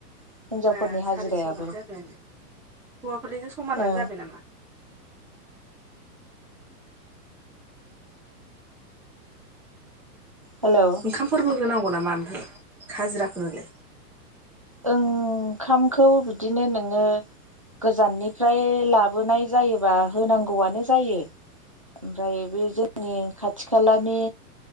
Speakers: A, on the right; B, in the centre.
A: हिनजावफोरनि
B: बा सारिस'आनो
A: हाजिरायाबो
B: जाबायानो हौवाफोरनिजों समानानो
A: ओ
B: जाबाय नामा? <inaudible>
A: हेलौ
B: ओंखामफोरबो होनांगौ नामा ओमफ्राय हाजिराफोरनोलाय
A: ओंखामखौ बिदिनो नोङो गोजाननिफ्राय लाबोनाय जायोबा होनांगौआनो जायो ओमफ्राय बे जोंनि खाथि खालानि